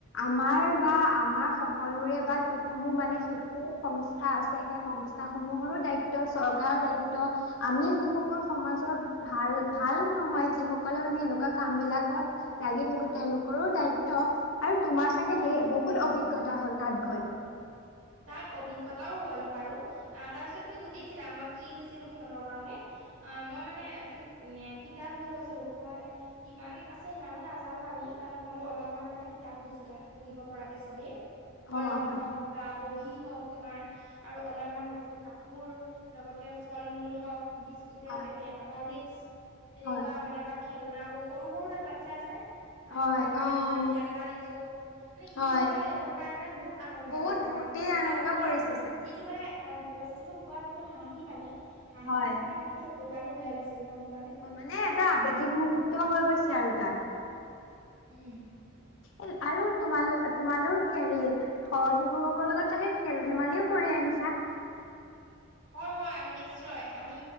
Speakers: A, on the left; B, on the right.
A: আমাৰ বা আমাৰ সকলোৰে বা যিসমূহ মানে শিশু সং সংস্থা আছে, সেই সংস্থা সমূহৰো দায়িত্ব, চৰকাৰৰ দায়িত্ব। আমি যিসকল সমাজৰ ভাল, ভাল নহয়। যি সকলে মানে এনেকুৱা কাম বিলাকত লাগি থাকো। তেওঁলোকৰো দায়িত্ব। অ', আৰু তোমাৰ চাগে
B: হয় হয়
A: বহুত অভিজ্ঞতা হ'ল তাত গৈ।
B: তাত অভিজ্ঞতাও হ'ল বাৰু। তাৰপিছত তুমি সুধিছিলা, মই কি নিছিলোঁ সিহঁতৰ কাৰণে। অ', মই মানে তোক এই কিতাপ লৈ গৈছিলোঁ মই। কিমান আছে, ইমানো নাজানোঁ আমি। অইন নহ'লেও অলপমান মানে কিতাপ নিছোঁ তাত, পঢ়িব পৰাকে চবেই। কলম
A: অ হয়
B: হওঁক বা বহি হওঁক, তোমাৰ আৰু অলপমান নতুন কাপোৰ, লগতে ফল মূল হওঁক বিস্কুটৰ
A: হয়
B: পেকেট, হৰ্লিক্স তেনেকুৱা
A: হয়,
B: মানে। বাক খেলনা বা সৰু সৰু তাত বাচ্ছা আছে। সিহঁতবোৰৰ
A: হয়,
B: কাৰণে
A: অ',
B: তোমাৰ খেলনা নিছোঁ, মানে শিশু
A: হয়,
B: সকলে সেইবোৰ পাই মানে বহুত আনন্দ
A: বহুত
B: হৈছে। মানে
A: ফূৰ্তি আনন্দ
B: তেওঁলোকৰ
A: কৰিছেছে
B: যিটো মানে অ', বস্তুতো পোৱা যিটো হাঁহি মানে, হাঁহিত
A: হয়,
B: মানে মোৰ চকুৰ পানী ওলাই গৈছেগৈ। গম পোৱানে!
A: মানে এটা আৱেগিক মুহূৰ্ত হৈ গৈছে আৰু তাত।
B: উম
A: এ আৰু তোমালোক, তোমালোকে হেৰি শিশুসকলৰ লগত চাগে খেল-ধেমালিও কৰি আহিছাঁ!
B: হয় হয়, আমি নিশ্চয়। আমি